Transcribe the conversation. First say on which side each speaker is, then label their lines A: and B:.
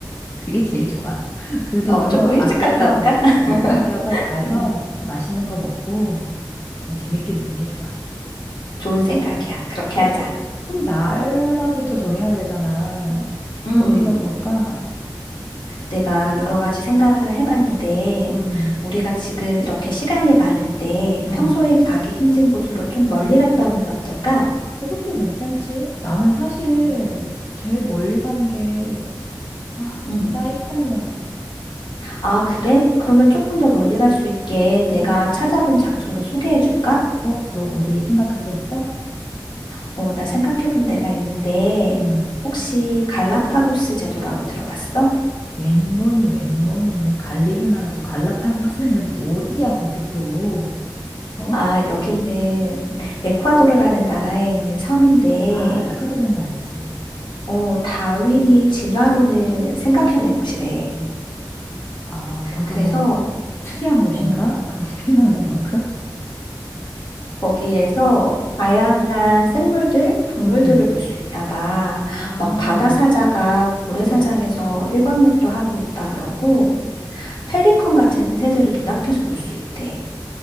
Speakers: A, on the left (about 35°); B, on the left (about 75°).
A: 그게 제일 좋아. <laughs> 그 돈으로
B: 어, 조금 일찍
A: 아껴서,
B: 갔다 올까? <laughs>
A: 그래, 아껴서 가서
B: 응,
A: 더 맛있는 거 먹고 더 재밌게 노는 게 좋아.
B: 좋은 생각이야. 그렇게
A: 그럼
B: 하자.
A: 그럼 나라부터 정해야 되잖아.
B: 음.
A: 어디가 좋을까?
B: 내가 여러 가지 생각을 해봤는데,
A: 음,
B: 우리가 지금 이렇게 시간이 많을 때
A: 음.
B: 평소에 가기 힘든 곳으로 좀 멀리 갔다 오면 어떨까?
A: 그것도 괜찮지. 나는 사실
B: 음.
A: 제일 멀리 간 게, 아,
B: 음.
A: 사이판이야.
B: 아, 그래? 그러면 조금 더 멀리 갈 수 있게 내가
A: 음.
B: 찾아본 장소를 소개해 줄까?
A: 어, 너 어디 생각한 데 있어?
B: 어, 나 생각해 본 데가 있는데,
A: 음.
B: 혹시 갈라파고스 제도라고 들어봤어?
A: 웬건이 웬건이 내 갈리그나라도 갈라파고스는 <laughs> 어디야 거기 또. 어?
B: 아, 여기는
A: 음.
B: 에콰도르라는 나라에 있는 섬인데,
A: 아, 에콰도르는 알지.
B: 어, 다윈이 진화론을 생각해낸 곳이래.
A: 아, 거기가
B: 그래서
A: 뭐 특이한 곳인가?
B: 어,
A: 그런 게 <laughs> 생각날 만큼.
B: 거기에서 다양한 생물들, 동물들을
A: 음.
B: 볼 수 있나 봐.
A: 아.
B: 막 바다사자가 모래사장에서
A: 어.
B: 일광욕도 하고 있다 그러고, 펠리컨 같은 새들을 눈앞에서 볼 수 있대.